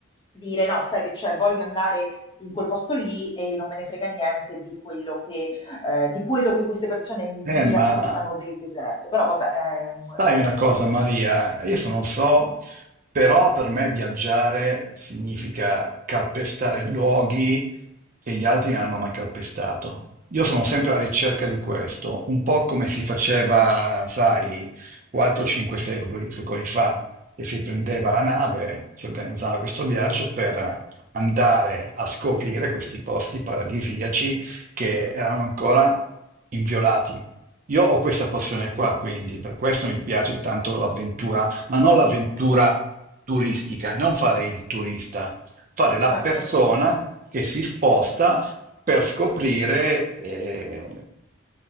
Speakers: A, on the left (about 25°); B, on the right (about 40°).
A: dire: "No, sai che c'è, voglio andare in quel posto lì e non me ne frega niente di quello che eh, di quello che queste persone mi
B: Eh, ma
A: raccontano del deserto, però vabbè, è, un-
B: Sai
A: è
B: una cosa,
A: una
B: Maria,
A: cosa mia.
B: io se non so, però per me viaggiare significa calpestare luoghi che gli altri non hanno mai calpestato. Io sono sempre alla ricerca di questo, un po' come si faceva, sai, 4, 5 secoli, secoli fa, che si prendeva la nave, si organizzava questo viaggio per andare a scoprire questi posti paradisiaci che erano ancora inviolati. Io ho questa passione qua, quindi per questo mi piace tanto l'avventura, ma non l'avventura turistica, non fare il turista, fare la
A: Certo.
B: persona che si sposta per scoprire eh,